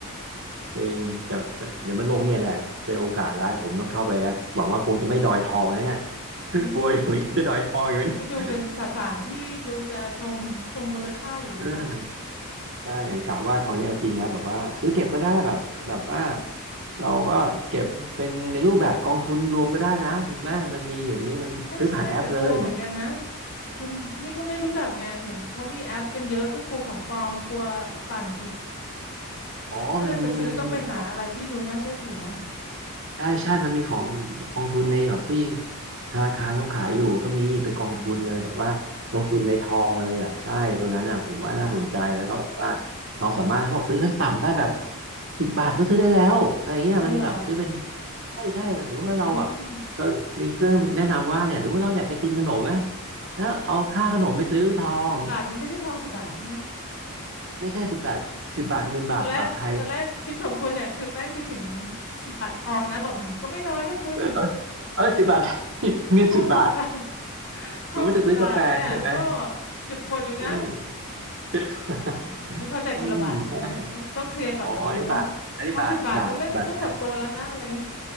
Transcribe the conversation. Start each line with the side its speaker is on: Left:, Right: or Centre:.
Right: จริงแต่แต่เดี๋ยวมันลงเนี่ยแหละเป็นโอกาสแล้วผมต้องเข้าไปนะหวังว่าคงจะไม่ดอยทองนะเนี่ย <laughs>
Left: ไม่หรอก
Right: กลัวอยู่เหมือนกันจะดอยทองอยู่เหมือนกัน
Left: มันก็ดูเป็นสสารที่ดูจะทรงทรงมูลค่าอยู่นะคะ
Right: เออใช่กะว่าคราวนี้เอาจริงแล้วแบบว่าซื้อเก็บก็ได้แบบแบบว่าเราก็เก็บเป็นในรูปแบบกองทุนรวมก็ได้นะคุณแม่งมันมีเดี๋ยวนี้มันซื้อผ่านแอปเลย
Left: ใช่ใช่แต่กลัวเหมือนกันนะคุณนี่ก็ไม่รู้จักไงเห็นเขามีแอปกันเยอะก็กลัวของปลอมกลัวปั่นอีก
Right: อ๋อมันมีมันมีของ
Left: แล้วถ้าจะจะซื้อต้องไปหาอะไรที่ดูน่าเชื่อถือนะ
Right: ใช่ใช่ มันมีของกองทุนในแบบที่ธนาคารเขาขายอยู่ก็มีไปนกองทุนเลยแบบว่าลงทุนในทองเลยอ่ะใช่ตัวนั้นอ่ะผมว่าน่าสนใจแล้วก็แบบว่า
Left: อืมค่ะ
Right: เราสามารถเขาบอกซื้อขั้นต่ำได้แบบสิบบาทก็ซื้อได้แล้วอะไรเงี้ยมันแบบซื้อเป็น
Left: อ๋อเหรอ
Right: ใช่ใช่สมมติว่าเราแบบก็มีเพื่อนแนะนำว่าเนี่ยสมมติเราอยากจะกินขนมไหม
Left: อืม
Right: แล้วเอาค่าขนมไปซื้อทอง
Left: สิบบาทเนี่ยไม่ใช่ทองสิบบาทใช่ไหม
Right: ไม่ใช่สิบบาทสิบบาทเงินบาทบาทไทย
Left: ตอนแรกตอนแรกคิดของคุณเนี่ยคือแป้งคิดถึงสิบบาททองนะแบบอืมก็ไม่น้อยนะคุณ
Right: เออเออเออสิบบาท <laughs> เงินสิบบาท
Left: ทองสิบบาท <laughs> ทองสิบบาทเนี่ยก็
Right: สมมติจะซื้อกาแฟใช่ไหม
Left: เจ็บปวดอยู่นะ
Right: เออสิบ <laughs>
Left: อ๋อนี่เข้าใจคนละบาทกันนะเนี่ยต้องต้องเคลียร์ก่อนนะโอ้โหทองทองสิบบาทก็ไม่ก็หมดตัวแล้วนะอะไรอย่างงี้
Right: อืมอ๋ออันนี้บาทอันนี้บาทบาทบาทไทย